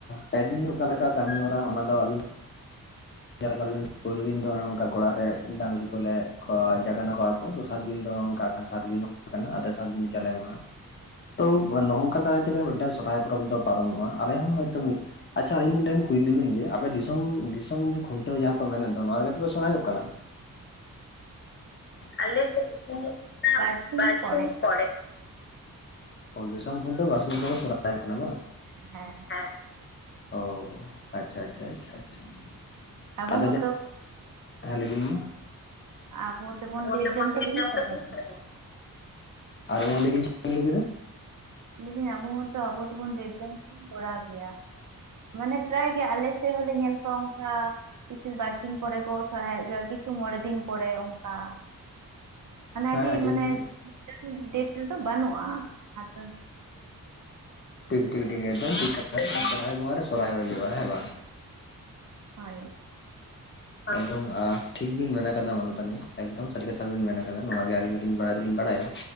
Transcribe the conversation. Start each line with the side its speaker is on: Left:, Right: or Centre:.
Left: ᱯᱮ ᱫᱤᱱ ᱚᱠᱟ ᱠᱮᱠᱟ ᱠᱟᱹᱢᱤ ᱦᱚᱨᱟ ᱚᱱᱟ ᱫᱚ ᱟᱵᱤᱱ ᱡᱟᱦᱟᱸ ᱞᱮᱠᱟ ᱵᱤᱱ ᱯᱩᱭᱞᱩ ᱫᱤᱱ ᱫᱚ ᱚᱱᱮ ᱚᱱᱠᱟ ᱜᱚᱲᱟ ᱨᱮ ᱰᱟᱹᱝᱨᱤ ᱠᱚᱞᱮ ᱡᱟᱜᱟᱨᱱᱟ ᱠᱚᱣᱟ ᱠᱚ ᱫᱚᱥᱟᱨ ᱫᱤᱱ ᱫᱚ ᱚᱝᱠᱟ ᱠᱷᱟᱱ ᱥᱟᱨᱫᱤ ᱢᱟᱦᱟ ᱠᱟᱱᱟ ᱟᱨ ᱛᱮᱥᱟᱨ ᱫᱤᱱ ᱫᱚ ᱡᱟᱞᱮ ᱢᱟᱦᱟ ᱛᱚ ᱱᱚᱝᱠᱟ ᱫᱟᱨᱟᱭ ᱛᱮᱜᱮ ᱢᱤᱫᱴᱮᱱ ᱥᱚᱨᱦᱟᱭ ᱯᱚᱨᱚᱵᱽ ᱫᱚ ᱯᱟᱨᱚᱢᱚᱜᱼᱟ ᱟᱞᱮ ᱦᱚᱸ ᱦᱚᱭᱛᱳ ᱢᱤᱫ ᱟᱪᱪᱷᱟ ᱟᱹᱞᱤᱧ ᱢᱤᱫᱴᱟᱹᱝ ᱠᱩᱭᱞᱤ ᱵᱤᱱ ᱜᱮ ᱟᱯᱮ ᱫᱤᱥᱚᱢ ᱫᱤᱥᱚᱢ ᱠᱷᱩᱱᱴᱟᱹᱣ ᱡᱟᱦᱟᱸ ᱠᱚ ᱢᱮᱱᱮᱫ ᱫᱚ ᱱᱚᱣᱟ ᱨᱮᱜᱮ ᱛᱚᱯᱮ ᱥᱚᱲᱦᱟᱭᱚᱜ ᱠᱟᱱᱟ ᱟᱞᱮ ᱫᱚ <inaudible>
Right: ᱵᱟᱨᱥᱤᱧ
Left: ᱵᱟᱲᱥᱤᱧ
Right: ᱯᱚᱨᱮ
Left: ᱯᱚᱲᱮ ᱚ ᱫᱤᱥᱚᱢ ᱠᱷᱩᱱᱴᱟᱹᱣ ᱵᱟᱨᱥᱤᱧ ᱯᱚᱨᱮ ᱥᱚᱨᱦᱟᱭᱚᱜ ᱠᱟᱱᱟ ᱵᱟᱝ
Right: ᱦᱮᱸ ᱦᱮᱸ
Left: ᱦᱮᱸ ᱚ ᱟᱪᱪᱷᱟ ᱟᱪᱪᱷᱟ ᱟᱪᱪᱷᱟ ᱟᱪᱪᱷᱟ <inaudible>
Right: ᱟᱵᱚ
Left: ᱦᱮᱸ
Right: ᱢᱚᱛᱚ
Left: ᱞᱟᱹᱭ ᱵᱤᱱ ᱢᱟ
Right: ᱟᱵᱚ ᱛᱮᱵᱚᱱ
Left: <unintelligible>
Right: ᱰᱮᱴ ᱡᱚᱝ ᱛᱮᱵᱚᱱ ᱠᱚᱨᱟᱣ ᱜᱮᱭᱟ
Left: ᱟᱨ ᱢᱟ ᱞᱟᱹᱭ ᱵᱤᱱ ᱪᱮᱫ ᱵᱤᱱ ᱞᱟᱹᱭ ᱠᱮᱫᱟ
Right: ᱞᱟᱹᱭᱫᱤᱧ ᱟᱵᱚ ᱦᱚᱸᱛᱚ ᱟᱵᱚ ᱛᱮᱵᱚᱱ <inaudible> ᱡᱟᱹᱱᱤᱡ ᱵᱚᱱ ᱠᱚᱨᱟᱣ ᱜᱮᱭᱟ ᱢᱟᱱᱮ ᱯᱨᱟᱭ ᱜᱮ ᱟᱞᱮ ᱥᱮᱫ ᱦᱚᱸᱞᱮ ᱧᱮᱞ ᱠᱚᱣᱟ ᱚᱱᱠᱟ ᱠᱤᱪᱷᱩ ᱵᱟᱨᱥᱤᱧ ᱯᱚᱨᱮ ᱠᱚ ᱥᱚᱨᱦᱟᱭᱚᱜ ᱜᱮᱭᱟ ᱠᱤᱪᱷᱩ ᱢᱚᱬᱮ ᱫᱤᱱ ᱯᱚᱲᱮ ᱚᱝᱠᱟ ᱢᱟᱱᱮ
Left: ᱦᱮᱸ
Right: ᱟᱹᱰᱤ
Left: ᱴᱷᱤᱠ
Right: ᱢᱟᱱᱮ
Left: ᱵᱤᱱ
Right: ᱢᱤᱫᱴᱟᱹᱝ ᱰᱮᱴ ᱨᱮᱫᱚ ᱵᱟᱹᱱᱩᱜᱼᱟ ᱟᱫᱚ
Left: ᱴᱷᱤᱠ ᱴᱷᱤᱠ ᱴᱷᱤᱠ ᱮᱠᱫᱚᱢ ᱴᱷᱤᱠ ᱠᱟᱛᱷᱟ ᱥᱚᱨᱦᱟᱭ ᱵᱚᱸᱜᱟ ᱨᱮ ᱥᱚᱨᱦᱟᱭ ᱦᱩᱭᱩᱜᱼᱟ ᱦᱮᱸ ᱵᱟᱝ
Right: ᱦᱚᱭ
Left: ᱮᱠᱫᱚᱢ ᱴᱷᱤᱠ ᱵᱤᱱ ᱢᱮᱱ ᱠᱟᱫᱟ ᱢᱟᱱᱚᱛᱟᱱᱤ ᱮᱠᱫᱚᱢ ᱥᱟᱹᱨᱤ ᱠᱟᱛᱷᱟ ᱵᱤᱱ ᱢᱮᱱ ᱠᱟᱫᱟ ᱱᱚᱣᱟ ᱜᱮ ᱟᱹᱞᱤᱧ ᱦᱚᱞᱤᱧ ᱵᱟᱲᱟᱭ ᱫᱚᱞᱤᱧ ᱵᱟᱲᱟᱭᱟ